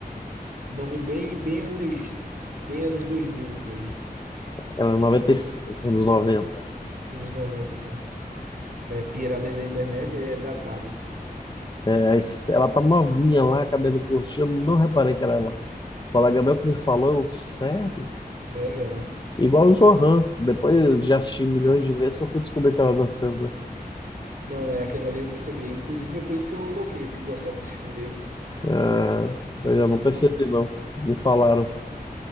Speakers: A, on the right; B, on the left.
A: Nome bem, bem anos. Bem anos 2000 mesmo.
B: era 95, anos 90.
A: Anos 90, então. É, Piratas da Internet é datado.
B: É, aí ela tá novinha lá, cabelo curtinho, eu não reparei que era ela. O colega meu que me falou, eu, sério?
A: Legal.
B: Igual o Zohan. Depois já assisti milhões de vezes que eu fui descobrir que ela dançando, né?
A: Não, não, é aquela ali eu percebi. Inclusive foi por isso que eu loquei, porque eu gostava do filme dele.
B: Ah, mas eu não percebi,
A: Vou,
B: não. Me falaram,